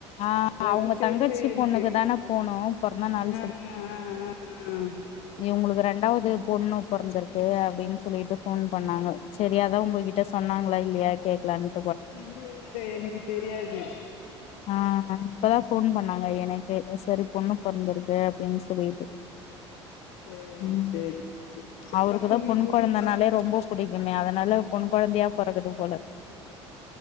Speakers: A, on the left; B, on the left.
A: ஆ
B: இதுவரைக்கு
A: அவங்க
B: தெரில
A: தங்கச்சி
B: எனக்கு
A: பொண்ணுக்கு தான போனோ பொறந்த நாள்
B: ஆ ஆ ஆ ஆ ம்
A: இவுங்களுக்கு ரெண்டாவது பொண்ணு பொறந்திருக்கு அப்டின்னு சொல்லிட்டு ஃபோன் பண்ணாங்க செரி அதா உங்ககிட்ட சொன்னாங்ளா இல்லையா கேக்லானு
B: இல்ல இல்ல எனக்கு தெரியாது
A: ஆ இப்பதா ஃபோன் பண்ணாங்க எனக்கு சரி பொண்ணு பொறந்துர்க்கு அப்டின் சொல்லிட்டு
B: சேரி
A: ம்
B: சேரி
A: அவருக்குதா
B: ஃபஸ்ட்டு உங்களுக்கு
A: பொண்
B: சொல்லிருப்பாங்க
A: கொழந்தனாலே ரொம்ப புடிக்குமே அதனால பொண் கொழந்தையா பொறக்குது போல